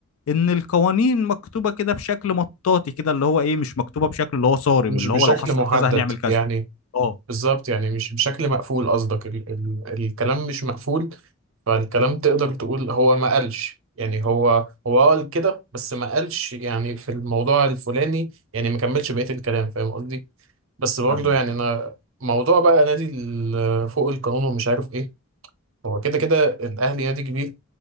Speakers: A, on the left (about 75°); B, on the right (about 65°).
A: ان القوانين مكتوبه كده بشكل مطاطي كده اللي هو ايه مش مكتوبه بشكل اللي هو صارم
B: مش
A: اللي
B: بشكل
A: هو لو حصل
B: محدد
A: كذا هنعمل كذا
B: يعني
A: اه
B: بالظبط يعني مش بشكل مقفول قصدك ال ال الكلام مش مقفول فالكلام تقدر تقول هو ما قالش يعني هو هو قال كده بس ما قالش يعني في الموضوع الفلاني يعني ما كملش بقية الكلام فاهم قصدي بس برضه
A: فاهمك
B: يعني انا
A: اه
B: موضوع بقى نادي ال- فوق القانون ومش عارف ايه هو كده كده الاهلي نادي كبير